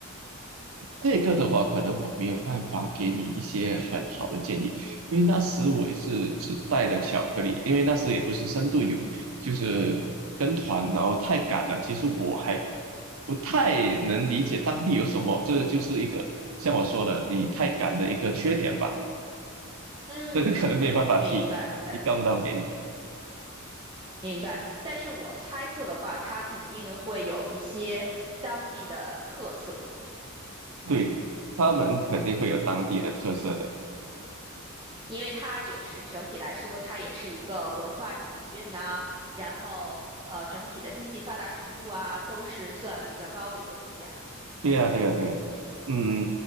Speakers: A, on the right; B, on the right.
A: 这个的话，可能我没有办法给你一些很好的建议，因为那时我也是只带了巧克力，因为那时也不是深度游，就是跟团，然后太赶了。其实我还不太能理解当地有什么，这就是一个像我说的，你太赶的一个缺点吧。
B: 嗯，
A: 这个可能没有办法提提供到给你，
B: 明白明白。明白，但是我猜测的话，它肯定会有一些当地的特色，
A: 对，他们肯定会有当地的特色的。
B: 因为它也是整体来说，它也是一个文化底蕴呐、然后呃，整体的经济发达程度啊，都是算比较高的一个国家。
A: 对呀，对呀，对呀。嗯，